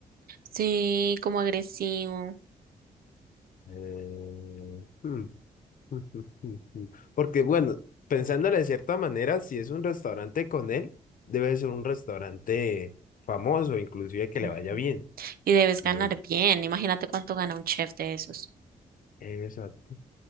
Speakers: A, on the right (about 75°); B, on the left (about 60°).
A: Sí, como agresivo.
B: Eh, hmm, <laughs> hmm, hmm, hmm, hmm. Porque bueno, pensándolo de cierta manera, si es un restaurante con él, debe ser un restaurante famoso, inclusive que
A: Ujú.
B: le vaya bien.
A: Y debes
B: De-
A: ganar bien. Imagínate cuánto gana un chef de esos.
B: Exacto.